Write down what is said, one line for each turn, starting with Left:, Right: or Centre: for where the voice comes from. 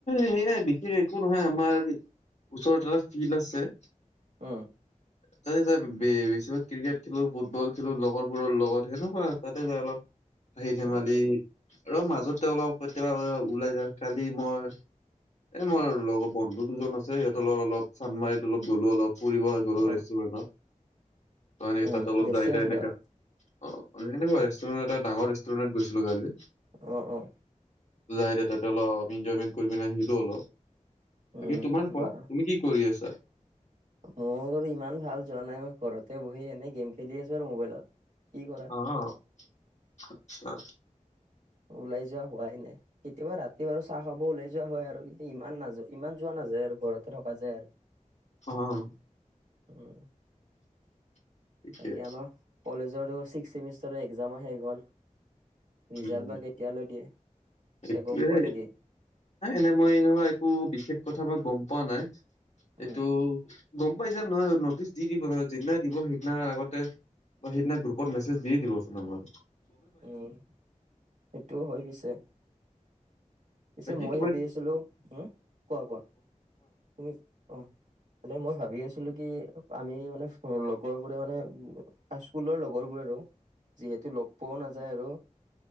Left: সেয়াই বিশেষ একো নহয় আমাৰ ওচৰত ধৰ ফিল্ড আছে।
Right: অহ'
Left: তাতে যাই বেছিভাগ ক্ৰিকেট খেলোঁ, ফুটবল খেলোঁ, লগৰবোৰৰ লগত সেনেকুৱা তাতে যাই অলপ হাঁহি ধেমালি
Right: উম
Left: ৰ মাজতে অলপ কেতিয়াবা ওলাই যায় কালি মই এই মোৰ লগৰ বন্ধু দুজন আছে। সিহঁতৰ লগৰ অলপ চানমাৰিত অলপ গ'লো অলপ ফুৰিব গ'লো
Right: অ
Left: ৰেষ্টুৰেণ্টত অ' এনেকে
Right: উম
Left: তাতে অলপ
Right: ৰেষ্টুৰেণ্টত
Left: যায়তাই এনেকা। অ', <unintelligible> ৰেষ্টুৰেট এটা ডাঙৰ ৰেষ্টুৰেণ্ট গৈছিলোঁ কালি।
Right: অ অ
Left: যায় দে তাতে অলপ ইনজয়মেণ্ট কৰি পিনে আহিলোঁ অলপ।
Right: উম
Left: বাকী তোমাৰ কোৱা?
Right: বাহ
Left: তুমি কি কৰি আছা?
Right: মোৰ ইমান ভাল যোৱা নাই, মই ঘৰতে বহি এনেই গেম খেলি আছোঁ আৰু মোবাইলত। কি কৰা
Left: অ', আচ্ছা।
Right: ওলাই যোৱা হোৱাই নাই, কেতিয়াবা ৰাতি বাৰু চাহ খাব ওলাই যোৱা হয়, আৰু কিন্তু ইমান নাযো-ইমান যোৱা না যায় আৰু ঘৰতে থকা যায় আৰু।
Left: অ'।
Right: উম।
Left: <unintelligible>
Right: বাকী আমাৰ কলেজৰ ছিক্স চেমিষ্টাৰৰ একজামো শেষ হ'ল, ৰিজাল্ট
Left: উম
Right: বা কেতিয়ালৈ দিয়ে? এতিয়া
Left: এইটোয়ে,
Right: গম পোৱা নেকি
Left: এনে মই এনেকুৱা একো বিশেষ কথা মই গম পোৱা নাই।
Right: উম
Left: এইটো গম পাই যাম নহয়, নটিচ দি দিব নহয়, যিদিনা দিব সিদিনা আগতে সেইদিনা গ্ৰুপত মেছেজ দি দিবচোন আমাক।
Right: উম, সেইটোও হয়, পিছে। পিছে
Left: বাকী
Right: মই
Left: তোমাৰ
Right: ভাবি আছিলোঁ উম, কোৱা, কোৱা। তুমি অহ। মানে মই ভাবি আছিলোঁ কি, আমি মানে লগৰবোৰে মানে আ, স্কুলৰ লগৰবোৰে আৰু। যিহেতু লগ পোৱাও নাযায় আৰু